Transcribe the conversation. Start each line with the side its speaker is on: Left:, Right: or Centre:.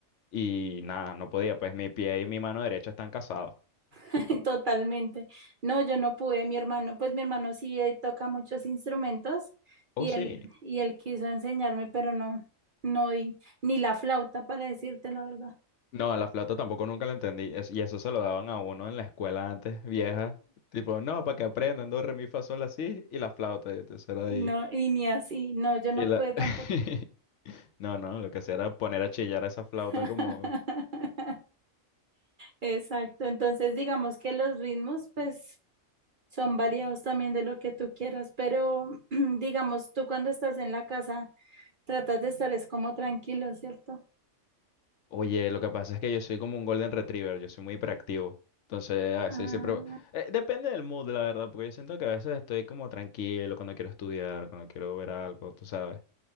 Left: y nada, no podía. Pues mi pie y mi mano derecha están casados.
Right: <laughs> Totalmente. No, yo no pude, mi hermano, pues mi hermano sí eh, toca muchos instrumentos y
Left: Oh, sí.
Right: él, y él quiso enseñarme, pero no, no, y- ni la flauta, para decirte la verdad.
Left: No, la flauta tampoco nunca la entendí. es- y eso se lo daban a uno en la escuela antes, vieja. Tipo, no, para que aprendan, do, re, mi, fa, sol, así. Y la flauta, y entonces era ahí.
Right: No, y ni así, no, yo no
Left: Y la...
Right: pude tampoco.
Left: <laughs> No, no, lo que hacía era poner a chillar a esa flauta
Right: <laughs>
Left: como...
Right: Exacto, entonces digamos que los ritmos pues son variados también de lo que tú quieras, pero <clears throat> digamos tú cuando estás en la casa tratas de estar es como tranquilo, ¿cierto?
Left: Oye, lo que pasa es que yo soy como un golden retriever, yo soy muy hiperactivo. Entonces, a
Right: Ah,
Left: veces siempre... eh, depende del mood, la verdad, porque yo siento que a veces estoy como tranquilo cuando quiero estudiar, cuando quiero ver algo, tú sabes.